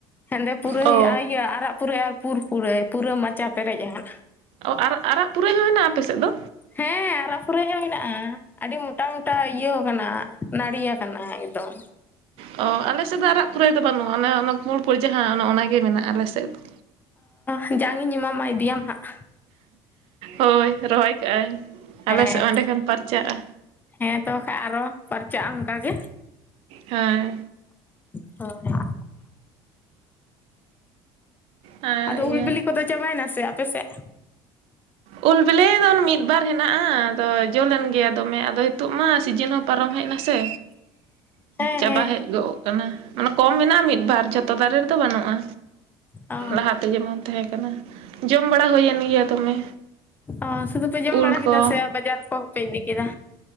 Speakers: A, on the left; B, on the right.
A: ᱦᱮᱸᱫᱮ ᱯᱩᱨᱟᱹᱭ
B: ᱚ
A: ᱟ ᱤᱭᱟᱹ ᱟᱨᱟᱜ ᱯᱩᱨᱟᱹᱭ ᱟᱨ ᱯᱩᱨ ᱯᱩᱨᱟᱹᱭ ᱯᱩᱨᱟᱹ ᱪᱟ ᱯᱮᱨᱮᱡ ᱟᱱ
B: ᱚ ᱟᱨ ᱟᱨᱟᱜ ᱯᱩᱨᱟᱹᱭ ᱦᱚᱸ ᱦᱮᱱᱟᱜᱼᱟ ᱟᱯᱮᱥᱮᱫ ᱫᱚ
A: ᱦᱮᱸ ᱟᱨᱟᱜ ᱯᱩᱨᱟ. ᱭ ᱦᱚᱸ ᱢᱮᱱᱟᱜᱼᱟ ᱟᱹᱰᱤ ᱢᱚᱴᱟ ᱢᱚᱴᱟ ᱤᱭᱟᱹᱣ ᱟᱠᱟᱱᱟ ᱱᱟᱹᱲᱤᱭᱟ ᱠᱟᱱᱟ ᱮᱠᱫᱚᱢ
B: ᱚ ᱟᱞᱮᱥᱮᱫ ᱫᱚ ᱟᱨᱟᱜ ᱯᱩᱨᱟᱹᱭ ᱫᱚ ᱵᱟᱹᱱᱩᱜᱼᱟ ᱚᱱᱮ ᱚᱱᱟ ᱯᱩᱬ ᱯᱯᱩᱬ ᱡᱟᱦᱟᱸ ᱚᱱᱮ ᱚᱱᱟᱜᱮ ᱢᱮᱱᱟᱜᱼᱟ ᱟᱞᱮ ᱥᱮᱫ ᱫᱚ
A: ᱚ ᱡᱟᱝ ᱤᱧ ᱮᱢᱟᱢᱟ ᱤᱫᱤᱭᱟᱢ ᱦᱟᱸᱜ
B: ᱦᱳᱭ ᱨᱚᱦᱚᱭ ᱠᱟᱜ ᱟᱹᱧ
A: ᱦᱮᱸ
B: ᱟᱞᱮ ᱥᱮᱫ ᱦᱚ ᱮᱸᱰᱮ ᱠᱷᱚᱱ ᱯᱟᱨᱪᱟᱜᱼᱟ
A: ᱦᱮᱸ ᱛᱚ ᱵᱟᱠᱷᱟ ᱟᱨᱚ ᱯᱟᱨᱪᱟᱜᱼᱟ ᱚᱝᱠᱟ ᱜᱮ
B: ᱦᱮᱸ
A: <unintelligible> ᱱᱟᱦᱟᱜ
B: ᱟᱨ
A: ᱟᱫᱚ
B: ᱤᱭᱟᱹ
A: ᱩᱞ ᱵᱤᱞᱤ ᱠᱚᱫᱚ ᱪᱟᱵᱟᱭᱮᱱᱟ ᱥᱮ ᱟᱯᱮᱥᱮᱫ
B: ᱩᱞ ᱵᱤᱞᱤ ᱫᱚ ᱢᱤᱫ ᱵᱟᱨ ᱦᱮᱱᱟᱜᱼᱟ ᱟᱫᱚ ᱡᱚ ᱞᱮᱱ ᱜᱮᱭᱟ ᱫᱚᱢᱮ ᱟᱫᱚ ᱦᱤᱛᱳᱜ ᱢᱟ ᱥᱤᱡᱤᱱ ᱦᱚᱸ ᱯᱟᱨᱚᱢ ᱦᱮᱡ ᱱᱟ ᱥᱮ
A: ᱦᱮᱸ
B: ᱪᱟᱵᱟ
A: ᱦᱮᱸ
B: ᱦᱮᱡ ᱜᱚᱜ ᱠᱟᱱᱟ ᱢᱟᱱᱮ ᱠᱚᱢ ᱢᱮᱱᱟᱜᱼᱟ ᱢᱤᱫ ᱵᱟᱨ ᱡᱷᱚᱛᱚ ᱫᱟᱨᱮ ᱨᱮ ᱛᱚ ᱵᱟᱹᱱᱩᱜᱼᱟ
A: ᱚ
B: ᱞᱟᱦᱟᱛᱮ ᱡᱮᱢᱚᱱ ᱛᱟᱦᱮᱸ ᱠᱟᱱᱟ ᱡᱚᱢ ᱵᱟᱲᱟ ᱦᱩᱭᱮᱱ ᱜᱮᱭᱟ ᱫᱚᱢᱮ
A: ᱚ ᱥᱩᱫᱩ ᱯᱮ ᱡᱚᱢ
B: ᱩᱞ
A: ᱵᱟᱲᱟ ᱠᱮᱫᱟ
B: ᱠᱚ
A: ᱥᱮ ᱟᱨ ᱵᱟᱡᱟᱨ ᱠᱚᱦᱚᱸ ᱯᱮ ᱤᱫᱤ ᱠᱮᱫᱟ